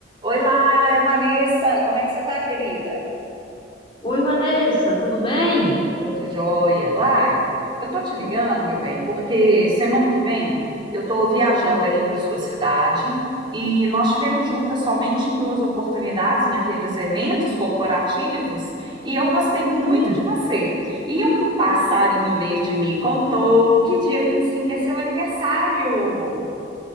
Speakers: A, on the right; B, on the left.
A: Oi, Laila, é a Vanessa. Como é que você tá, querida?
B: Oi, Vanessa, tudo bem?
A: Tudo jóia. Laila, eu tô te ligando, meu bem, porque semana que vem eu tô viajando aí para sua cidade e nós tivemos juntas somente em duas oportunidades naqueles eventos corporativos e eu gostei muito
B: Sim.
A: de você. E um passarinho verde me contou que dia 25 é seu aniversário.